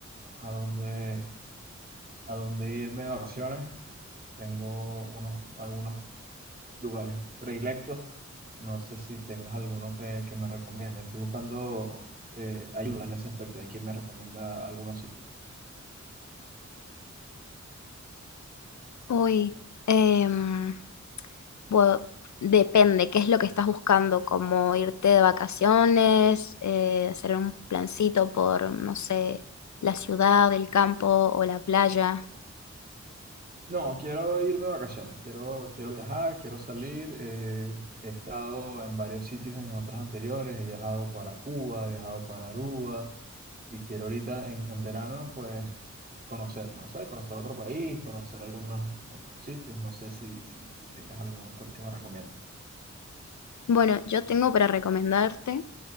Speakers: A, on the right (about 30°); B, on the left (about 75°).
A: a dónde, a dónde irme de vacaciones. Tengo unos, algunos lugares predilectos. No sé si tengas alguno que, que me recomiendes. Estoy buscando eh, ayuda en ese aspecto de quién me recomienda algunos sitios.
B: Uy, em, bueno, depende, ¿qué es lo que estás buscando? ¿Como irte de vacaciones, eh, hacer un plancito por, no sé, la ciudad, el campo o la playa?
A: No, quiero irme de vacaciones, quiero, quiero viajar, quiero salir. eh, he estado en varios sitios en otras anteriores, he viajado para Cuba, he viajado para Aruba y quiero ahorita en, en verano pues conocer, ¿no? sé, Conocer otro país, conocer algunos otros sitios, no sé si, si, si tengas alguno que, que me recomiendes.
B: Bueno, yo tengo para recomendarte